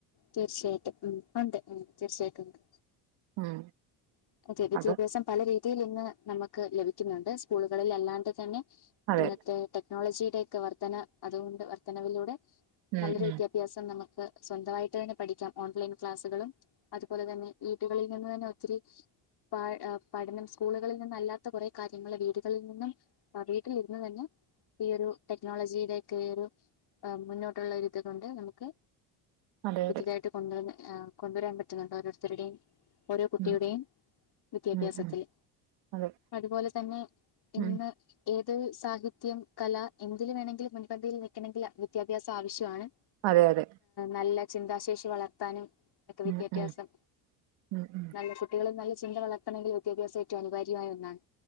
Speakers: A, on the left; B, on the right.
A: തീർച്ചയായിട്ടും ഉം ഉണ്ട് ഉം തീർച്ചയായിട്ടും ഉണ്ട്
B: ഉം
A: <unintelligible> വിദ്യാഭ്യാസം
B: അതും
A: പല രീ തിയിൽ ഇന്ന് നമുക്ക് ലഭിക്കുന്നുണ്ട് സ്കൂളുകളിൽ അല്ലാണ്ട് തന്നെ
B: അതെ
A: ഇന്നത്തെ ടെക് നോളജിയുടെ ഒക്കെ വർധന അതുകൊണ്ട് വർധനവിലൂടെ
B: ഉം
A: നല്ലൊരു
B: ഉം
A: വിദ്യാഭ്യാസം നമ ക്ക് സ്വന്തമായിട്ട് തന്നെ പഠിക്കാം ഓൺലൈൻ ക്ലാസ്സുകളും അതുപോലെ തന്നെ വീടുകളിൽ നിന്ന് തന്നെ ഒത്തിരി പ പഠനം സ്കൂളുകളിൽ നിന്ന അല്ലാത്ത കുറെ കാര്യങ്ങൾ വീടുകളിൽ നിന്നും അ വീട്ടിലിരുന്ന് തന്നെ ഈ ഒരു ടെക്നോളജിയുടെയൊക്കെ ഒരു മുന്നോട്ടുള്ള ഒരുത് കൊണ്ട് നമുക്ക്
B: അതെ
A: പുതുതായിട്ട്
B: അതെ
A: കൊണ്ടുവന്ന് ആ കൊണ്ടുവരാൻ പറ്റുന്നുണ്ടോ ഓരോരുത്തരുടെയും ഓരോ കുട്ടിയുടെയും
B: ഉം
A: വിദ്യാഭ്യാസത്തില്
B: ഉം ഉം അതെ
A: അതുപോലെ തെന്നെ ഇന്ന്
B: ഉം
A: ഇ ഇത് സാഹിത്യം കല എന്തില് വേണമെങ്കിലും മുൻപന്തിയിൽ നിക്കണങ്കിൽ വിദ്യാഭ്യാസം ആവശ്യണ് ഹേ
B: അതെ അതെ
A: നല്ല ചിന്താശേഷി വളർത്താനും ക്കെ വിദ്യാഭ്യാസം
B: ഉം ഉം ഉം ഉം
A: നല്ല കുട്ടികളും ന ചിന്ത വളർത്തണങ്കി വിദ്യാഭ്യാസം ഏറ്റവും അനിവാര്യമായ ഒന്നാണ്